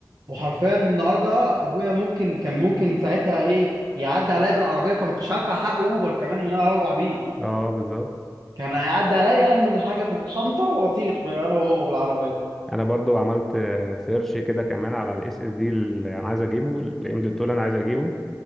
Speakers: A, on the right; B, in the centre.
A: وحرفيا النهارده ابويا ممكن كان ممكن ساعتها ايه يعدي عليا بالعربيه فما كنتش هدفع حق اوبر كمان ان انا اروح بيه
B: <laughs> اه بالظبط
A: كان هيعدي عليا انمي الحاجه في الشنطه واطير انا وهو بالعربيه
B: انا برضو عملت سيرش كده كمان على الاس اس دي اللي انا عايز اجيبه الام دوت اللي انا عايز اجيبه